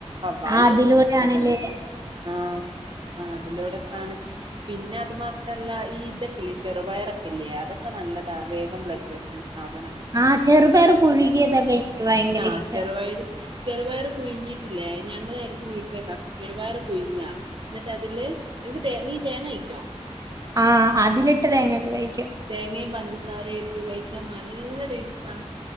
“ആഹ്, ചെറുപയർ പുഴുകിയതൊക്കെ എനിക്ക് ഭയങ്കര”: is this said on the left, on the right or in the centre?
Right